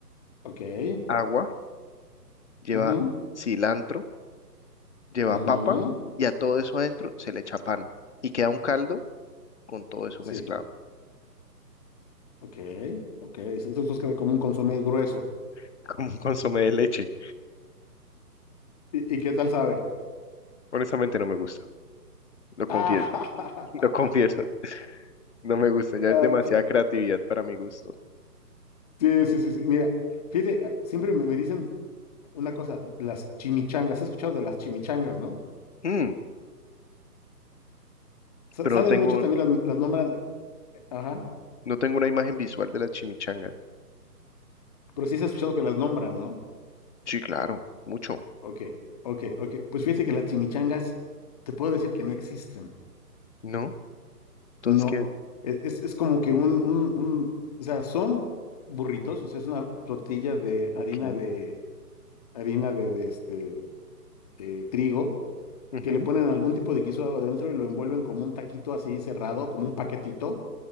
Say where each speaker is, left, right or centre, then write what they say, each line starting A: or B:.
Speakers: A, on the left (about 25°); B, on the left (about 45°).
A: ok,
B: agua lleva
A: mhm,
B: cilantro, lleva
A: mhm.
B: papa y a todo eso adentro se le echa pan y queda un caldo con todo eso
A: Sí,
B: mezclado,
A: ok, ok. Es- Esos dos que como un consomé grueso.
B: <laughs> como un consomé de leche.
A: ¿Y, y qué tal sabe?
B: Honestamente no me gusta, lo confieso,
A: Ah,
B: <laughs> lo
A: <laughs>
B: confieso, no me gusta, ya
A: ah,
B: es demasiada
A: f-
B: creatividad para mi gusto.
A: sí, sí, sí, sí. Mira, fíjate, ah, siempre me, me dicen una cosa, las chimichangas. He escuchado de las chimichangas, ¿no?
B: Mm,
A: Sa-
B: pero
A: salen
B: no tengo,
A: mucho también las, las nombran, eh, ajá,
B: no tengo una imagen visual de las chimichangas.
A: pero sí has escuchado que las nombran, ¿no?
B: Sí, claro, mucho,
A: Ok, ok, ok. Pues fíjate que las chimichangas, te puedo decir que no existen.
B: ¿no? Entonces,
A: No,
B: ¿qué?
A: es, es- es como que un, un, un, o sea, son burritos, o sea, es una tortilla de
B: Ok.
A: harina de harina de, de este eh, trigo,
B: ujú,
A: que le ponen algún tipo de guiso adentro y lo envuelven como un taquito así cerrado, como un paquetito,